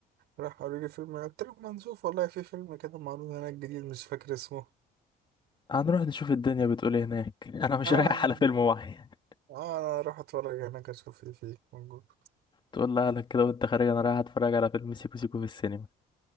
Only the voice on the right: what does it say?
راح قالوا لي فيلم إيه؟ قلت لهم ما نشوف والله في فيلم كده معروض هناك جديد مش فاكر اسمه
اه
يعني
اه انا راح اتفرج هناك اشوف ايه فيه موجود